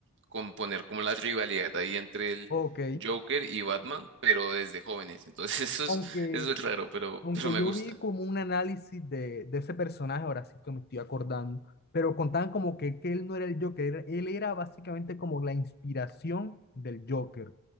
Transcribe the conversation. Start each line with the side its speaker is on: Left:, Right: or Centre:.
Right: con poner como la rivalidad ahí entre el
Left: Ok,
Right: Joker y Batman, pero desde jóvenes. Entonces <laughs> eso es,
Left: aunque,
Right: eso es raro, pero,
Left: aunque
Right: pero me
Left: yo
Right: gusta.
Left: vi como un análisis de, de ese personaje, ahora sí que me estoy acordando, pero contaban como que, que él no era el Joker, era- él era básicamente como la inspiración del Joker.